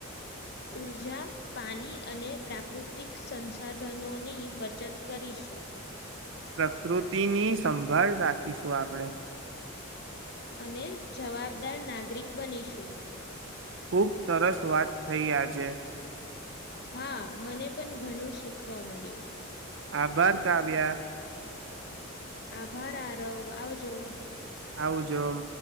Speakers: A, on the left (about 50°); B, on the right (about 60°).
A: ઊર્જા પાણી અને પ્રાકૃતિક સંસાધનોની બચત કરીશું.
B: પ્રકૃતિની સંભાળ રાખીશું આપણે
A: અને જવાબદાર નાગરિક બનીશું.
B: ખુબ સરસ વાત થઈ આજે
A: હા મને પણ ઘણું શીખવા મળ્યું.
B: આભાર કાવ્યા
A: આભાર આરવ આવજો.
B: આવ જોમ